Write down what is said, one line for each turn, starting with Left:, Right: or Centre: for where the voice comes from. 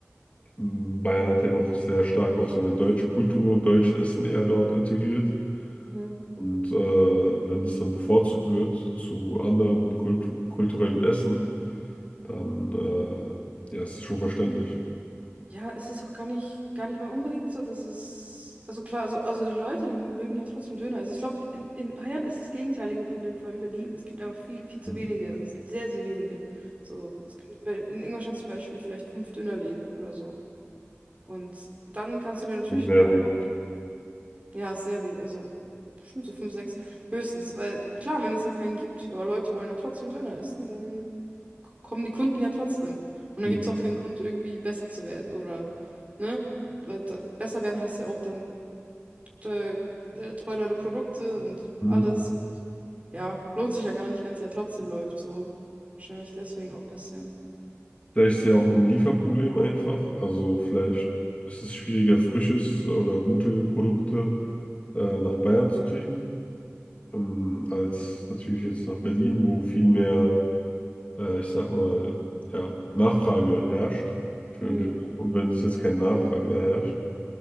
Left: m, Bayern hat ja noch sehr stark auch seine deutsche Kultur und deutsches Essen eher dort integriert.
Right: Mhm.
Left: Und äh, wenn es dann bevorzugt wird zu anderen Kultu kulturellen Essen, dann äh, ja, ist es schon verständlich.
Right: Ja, es ist auch gar nicht, gar nicht mal unbedingt so, dass es. Also klar, also, also die Leute, die mögen ja trotzdem Döner. Also ich glaube, in, in Bayern ist das gegenteilige Problem von in Berlin. Es gibt aber viel, viel zu
Left: Mhm.
Right: wenige. Es gibt sehr, sehr wenige. So, es gibt in Ingolstadt zum Beispiel vielleicht fünf Dönerläden oder so. Und dann kannst du dir natürlich
Left: Sehr
Right: mehr erlauben.
Left: wenig.
Right: Ja, ist sehr wenig. Also bestimmt so fünf, sechs höchstens. Weil klar, wenn es gar keinen gibt, aber Leute wollen ja trotzdem Döner essen, dann. k- kommen die Kunden ja trotzdem. Und dann
Left: Mhm.
Right: gibt es auch keinen Grund, irgendwie besser zu werden oder, ne? Weil da, besser werden heißt ja auch dann te- äh, teurere Produkte und
Left: Mhm.
Right: alles. Und ja, lohnt sich ja gar nicht, wenn es ja trotzdem läuft. So wahrscheinlich deswegen auch ein bisschen.
Left: Vielleicht ist ja auch ein Lieferproblem einfach. Also vielleicht ist es schwieriger, frisches oder gute Produkte äh, nach Bayern zu kriegen, ähm, als natürlich jetzt nach Berlin, wo viel mehr, äh, ich sag mal, ja, Nachfrage herrscht für
Right: Hm,
Left: Döner. Und wenn es jetzt keine Nachfrage da herrscht,